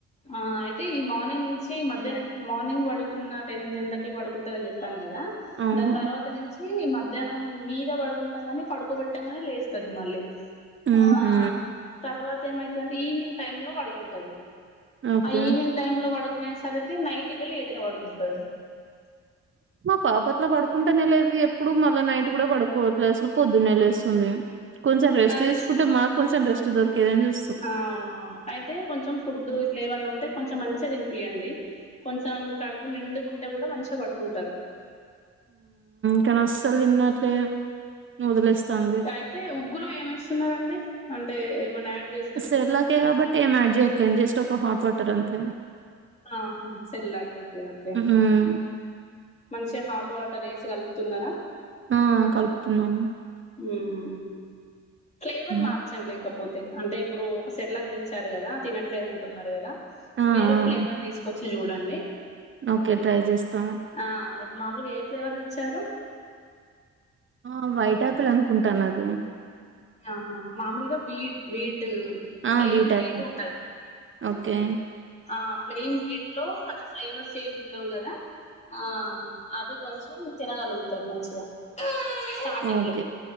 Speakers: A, on the left (about 20°); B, on the right (about 40°).
A: ఆ అయితే ఈ మార్నింగ్ నుంచి మధ్యాహ్న మార్నింగ్ పడుకున్న టెన్ టెన్ థర్టీ పడుకుంటంద అని చెప్ప్పాను కదా
B: అవును.
A: దన్ తర్వాత నిం చ్చి మధ్యాహ్నం మీద పడుకుంటని పడుకోబెట్టంగానే లేస్తది మళ్ళీ
B: హుహు.
A: ఆ తర్వాత ఏమైతుందంటే ఈవినింగ్ టైమ్లో పడుకుంటది
B: ఓకే.
A: ఆ ఈవినింగ్ టైమ్లో పడుకునేసరికి నైట్ కెళ్లి లేటుగా పడుకుంటది
B: మా పాప అట్ల పడుకుంటానే లేదు ఎప్పుడు మళ్ళా నైట్ కూడా పడుకోవట్లేదు అసలు పొద్దున్నెల వేసుంది కొంచెం రెస్ట్
A: నాకు
B: తీసుకుంటే
A: తెలిసి
B: మాకు కొంచెం రెస్ట్ దొరికేదని చ
A: అవునవును అయితే కొంచెం ఫుడ్డు ఇట్లా ఏవన్న ఉంటే కొంచెం మంచిగా తినిపియండి కొంచెం కడుపు నిండుగా ఉంటే కూడా మంచిగా పడుకుంటారు
B: కానీ అస్సలు తిన్నట్లే దండి వదిలేస్తాం
A: అయితే ఉగ్గులో ఏమేస్తున్నారండి అంటే ఏమన్నా యాడ్ చే
B: సెర్లాకే కాబట్టి ఏం యాడ్ చేయ్యట్లేండి జస్ట్ ఒక హాట్ వాటర్ అంతే
A: ఆహా సర్లేక్ ఓకే ఓకే
B: హ్మ్.
A: మంచిగా హాట్ వాటర్ వేసి కలుపుతున్నారా
B: ఆ కలుపు తున్నాను
A: ఉమ్ ఫ్లేవర్
B: హ్మ్.
A: మార్చండి లేకపోతే అంటే ఇప్పుడు ఒక సర్లేక్ తెచ్చారు కదా తినట్లేదుంటున్నారు కదా
B: ఆ! ఆ!
A: వేరే ఫ్లేవర్ తీసుకొచ్చి చూడండి
B: ఓకే ట్రై చేస్తాను
A: ఆ మామూలుగా ఏ ఫ్లేవర్ తెచ్చారు
B: ఆ వైట్ ఆపిల్ అనుకుంటాను అది
A: ఆహా మామూలుగా వీట్ వీటు
B: ఆ
A: ప్లెయిన్
B: బీటెక్
A: విటు ఉంటది
B: ఓకే
A: ఆ ప్లెయిన్ వీట్ లో కొంత ఫ్లేవర్స్ ఏం ఉండవు కదా ఆ అది కొంచెం తినగలుగుతారు మంచిగా స్టార్టింగ్
B: ఓకే